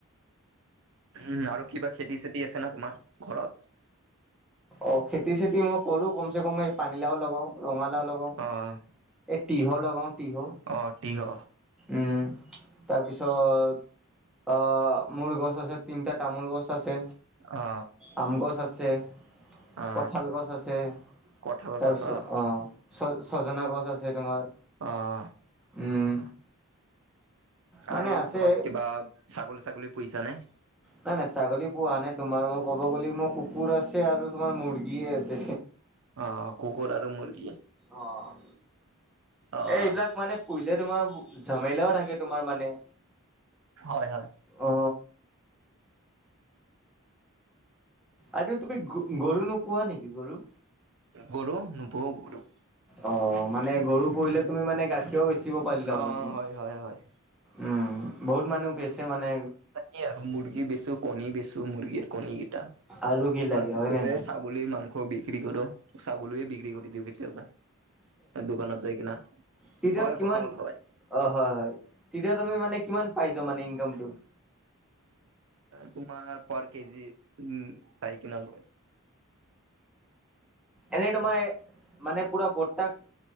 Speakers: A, on the right; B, in the centre.
A: উম, আৰু কিবা খেতি-চেতি আছে নে তোমাৰ ঘৰত?
B: অ', খেতি-চেতি মই কৰোঁ, কমচে কম পানীলাও লগাওঁ, ৰঙালাও লগাওঁ।
A: অ'
B: এই তিহু লগাওঁ, তিহু
A: অ', তিহু
B: উম, তাৰপিছত অ', মূল গছ আছে, তিনিটা তামোল গছ আছে,
A: অ
B: আম গছ আছে
A: অ
B: কঠাল গছ আছে,
A: কঠাল
B: তাৰপিছত
A: গছ
B: অ' ছ-ছজনা গছ আছে তোমাৰ।
A: অ'
B: উম। মানে
A: আৰু
B: আছে
A: ঘৰত কিবা ছাগলী-ছাগলী পুহিছা নে?
B: নাই নাই ছাগলী পুহা নাই, তোমাৰ মই ক'ব গ'লে মোৰ কুকুৰ আছে আৰু তোমাৰ মুৰ্গীয়ে আছে।
A: অ', কুকুৰ আৰু মুৰ্গী
B: অ',
A: অ'
B: এই এইবিলাক মানে পুহিলে তোমাৰ, ঝামেলাও থাকে তোমাৰ মানে
A: হয় হয়।
B: অ আৰু তুমি গ-গৰু নুপুহা নেকি, গৰু?
A: গৰু, নুপুহো গৰু।
B: অ', মানে গৰু পুহিলে তুমি মানে গাখীৰো বেচিব পাৰিলা
A: অ'
B: হয় তুমি।
A: হয় হয়।
B: উম, বহুত মানুহ বেচে মানে
A: কি আৰু মুৰ্গী বেচো, কণী বেচো, মুৰ্গীৰ কণী কেইটা,
B: আৰু কি লাগে
A: তাৰ পিছতে
B: হয় নে নহয়?
A: চাও ছাগলীৰ মাংস বিক্ৰী কৰোঁ, ছাগলীয়ে বিক্ৰী কৰি দিওঁ কেতিয়াবা। দোকানত যায় কিনা,
B: তেতিয়া
A: হয়
B: কিমান
A: সঁচা কথা হয়।
B: অ', হয় হয়, তেতিয়া তুমি মানে কিমান পাই যোৱা মানে ইনকামটো?
A: তোমাৰ পাৰ কেজি, উম, চাৰি কিমান হয়।
B: এনে তোমাৰ, মানে পুৰা গোটাক